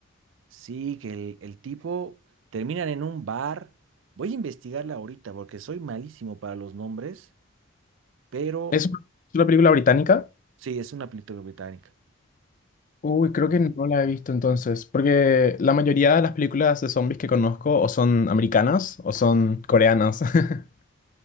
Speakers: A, on the right; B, on the left.
A: Sí, que el, el tipo terminan en un bar. Voy a investigarla ahorita porque soy malísimo para los nombres, pero
B: ¿Es una es una película británica?
A: sí, es una película británica.
B: Uy, creo que no la he visto entonces, porque la mayoría de las películas de zombies que conozco o son americanas o son coreanas. <laughs>